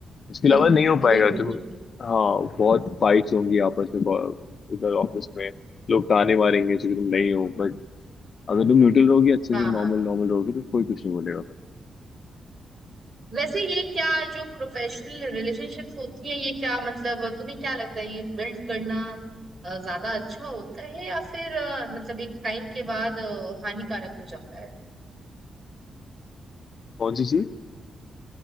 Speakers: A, on the left; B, on the right.
A: इसके अलावा
B: बिल्कुल
A: नहीं हो पाएगा
B: बिल्कुल
A: तुम
B: बिल्कुल
A: हाँ बहुत फाइट्स होंगी आपस में बहुत- इधर ऑफिस में लोग ताने मारेंगे क्योंकि तुम नहीं हो बट अगर तुम न्यूट्रल रहोगी अच्छे
B: हाँ
A: से नॉर्मल
B: हाँ
A: नॉर्मल रहोगी तो कोई कुछ नहीं बोलेगा
B: वैसे ये क्या जो प्रोफेशनल रिलेशनशिप्स होती है ये क्या मतलब तुम्हें क्या लगता है ये बिल्ड करना अ, ज्यादा अच्छा होता है या फिर अ, मतलब एक टाइम के बाद अ, हानिकारक हो जाता है
A: कौन सी चीज